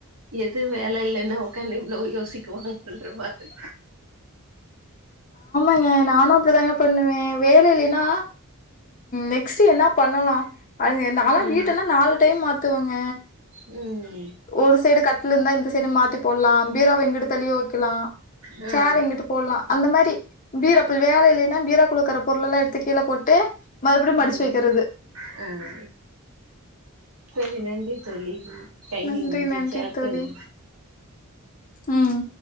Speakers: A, on the right; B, on the left.
A: எது வேல இல்லன்னா உட்காந்து எவ்ளோ யோசிக்குவாங்கன்ற மாதிரி
B: ங்க நானு அப்டிதாங்க பண்ணுவே வேல இல்லின்னா நெக்ஸ்ட் என்ன பண்ண அது நாலா
A: ம்
B: வீட்டல்லா நாலு டைம் மா த்துவங்க
A: ம்
B: ஒரு சைடு கட்டில இருந்தா இந்த சைடு மாத்தி போடலா பீரோவ எங்கட்டு தள்ளிய வைக்கலா
A: ம் ஆ
B: சேர எங்கிட்டு போடலா அந்த மாரி பீராப்பு வேல இல்லின்னா பீரோ குள்ளலயிருக்குற பொருளல்லா எடுத்து கீழ போட்டு மறுபடியும் மடிச்சு
A: ம்
B: வைக்கிறது
A: ஆ சரி நன்றி சொல்லி டைமிங்
B: நன்றி
A: முடிஞ்சிச்சா
B: நன்றி
A: அடுத்தது
B: தோழி ம்